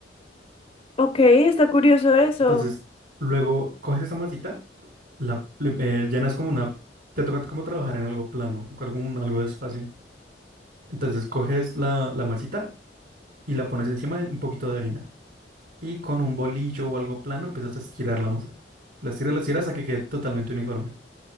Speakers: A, on the left; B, on the right.
A: Ok, está curioso eso.
B: Entonces, luego coges esa masita, la pl- eh, llenas como una... Te toca como trabajar en algo plano, con algún, algo de espacio. Entonces, coges la, la masita y la pones encima de un poquito de harina. Y con un bolillo o algo plano empiezas a estirar la masa. La estiras, la estiras hasta que quede totalmente uniforme.